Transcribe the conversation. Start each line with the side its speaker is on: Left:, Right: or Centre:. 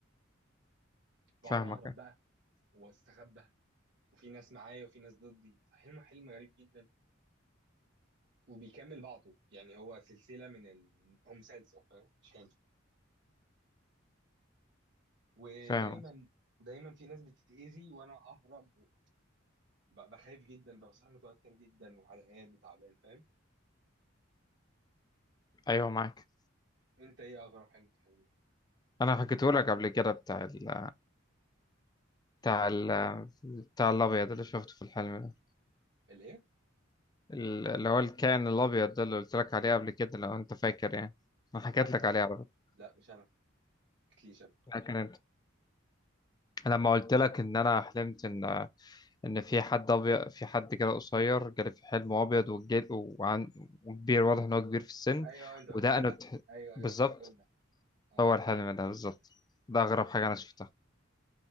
Right: بقعد
Left: فاهمك
Right: اهرب بقى واستخبى وفي ناس معايا وفي ناس ضدي حلم حلم غريب جدا وبيكمل بعضه يعني هو سلسلة من ال... هو مسلسل فاهم مش حلو ودايما
Left: فاهمك
Right: دايما في ناس بتتأذي وانا اهرب ب... بخاف جدا ببقى صاحي متوتر جدا وعرقان وتعبان فاهم
Left: ايوه معاك
Right: انت ايه اغرب حاجة بتحبها
Left: انا حكيته لك قبل كده بتاع ال بتاع ال بتاع الابيض اللي شفته في الحلم ده
Right: الايه
Left: ال- اللي هو الكائن الابيض ده اللي قلت لك عليه قبل كده لو انت فاكر يعني انا حكيت
Right: لا انت
Left: لك
Right: ما...
Left: عليه على فكره
Right: لا مش انا ما تحكيليش انا
Left: لكن انت لما قلت لك ان انا حلمت ان ان في حد ابيض في حد كده قصير جالي في حلم ابيض وجل- وعن- وكبير واضح ان هو كبير في السن
Right: ايوه انت
Left: ودقنه
Right: قلت له لا
Left: ت-
Right: ايوه
Left: بالظبط
Right: ايوه انت قلت له لا اه
Left: هو الحلم ده بالظبط ده أغرب حاجة أنا شفتها